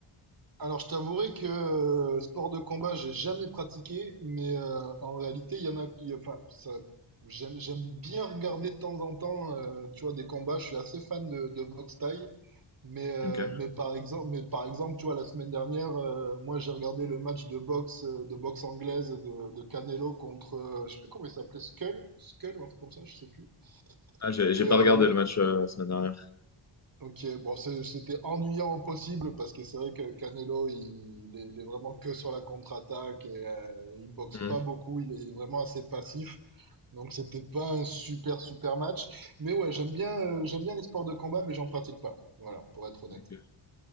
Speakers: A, on the right (about 45°); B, on the left (about 35°).
A: Alors, je t'avouerai que euh, sport de combat, j'ai jamais pratiqué, mais euh, en réalité, il y en a qui, enfin, ça, j'aime, j'aime bien regarder de temps en temps, euh, tu vois, des combats. Je suis assez fan de, de boxe thaï, mais, euh,
B: Ok.
A: mais par exemple, mais par exemple, tu vois, la semaine dernière, euh, moi, j'ai regardé le match de boxe, euh, de boxe anglaise de, de Canelo contre, euh, je sais plus comment il s'appelait, Skull, Skull ou un truc comme ça, je sais plus.
B: Ah, j'ai j'ai
A: Et
B: pas
A: euh,
B: regardé
A: ouais,
B: le match euh, la semaine dernière.
A: Ok, bon, c'est- c'était ennuyant au possible parce que c'est vrai que Canelo, il, il est, il est vraiment que sur la contre-attaque et euh, il boxe
B: Mhm.
A: pas beaucoup, il est vraiment assez passif. Donc c'était pas un super super match. Mais ouais, j'aime bien, euh, j'aime bien les sports de combat, mais j'en pratique pas. Voilà, pour être honnête.
B: Ok.